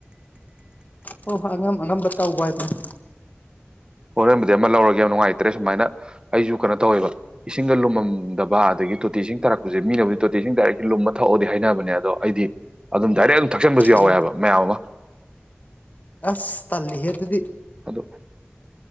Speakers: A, on the left (about 40°); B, on the right (about 20°).
A: ꯍꯣꯏ ꯍꯣꯏ ꯑꯉꯝ ꯑꯉꯝꯕ ꯇꯧꯕ ꯍꯥꯏꯗꯨꯅꯤ
B: ꯍꯣꯔꯦꯟꯕꯨꯗꯤ ꯑꯃ ꯂꯧꯔꯒꯦ ꯌꯥꯝ ꯅꯨꯡꯉꯥꯏꯇ꯭ꯔꯦ ꯁꯨꯃꯥꯏꯅ ꯑꯩꯁꯨ ꯀꯩꯅꯣ ꯇꯧꯋꯦꯕ ꯏꯁꯤꯡꯒ ꯂꯨꯝꯃꯝꯗꯕ ꯑꯗꯒꯤ ꯇꯣꯇꯤ ꯏꯁꯤꯡ ꯇꯥꯔꯛꯄꯁꯦ ꯃꯤꯅꯕꯨꯗꯤ ꯇꯣꯇꯤ ꯏꯁꯤꯡ ꯗꯥꯏꯔꯦꯛꯂꯤ ꯂꯨꯝꯃ ꯊꯛꯑꯣꯗꯤ ꯍꯥꯏꯅꯕꯅꯦ ꯑꯗꯣ ꯑꯩꯗꯤ ꯑꯗꯨꯝ ꯗꯥꯏꯔꯦꯛ ꯑꯗꯨꯝ ꯊꯛꯆꯟꯕꯁꯨ ꯌꯥꯎꯋꯦ
A: ꯎꯝ
B: ꯍꯥꯏꯕ ꯃꯌꯥꯝ ꯑꯃ
A: ꯑꯁ ꯇꯜꯂꯤꯍꯦ ꯑꯗꯨꯗꯤ
B: ꯑꯗ